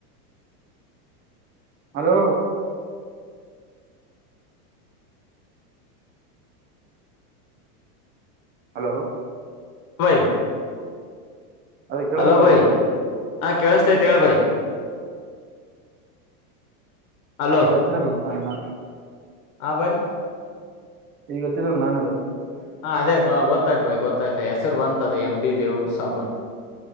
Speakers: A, on the right (about 25°); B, on the left (about 60°).
A: Hello. Hello.
B: <unintelligible>
A: ಅದೇ ಕೆಳಗತ್ತದ
B: ಹಲೋ ಬೈ
A: ಬ್ರದರ್.
B: ಹಾ ಕೆಳಸ್ತೈತಿ ಹೇಳ ಬೈ. ಹಲೋ
A: ಈಗ ಹಚ್ಚಿದರಲ್ಪ ಹಂಗ ಅದ.
B: ಹಾ ಬೈ.
A: ಈಗ ಹಚ್ಚಿರೋದು ನಾನ ಅದು.
B: ಹಾ ಅದೇ ಗೊತ್ತಾಯ್ತು ಬೈ ಗೊತ್ತ. ತ್ತ ಹೆಸರ ಬಂತ ಅದ ಎಮ ಡಿ ದೇವುಬ್ ಸಾಬ್ಬ ಅಂತ.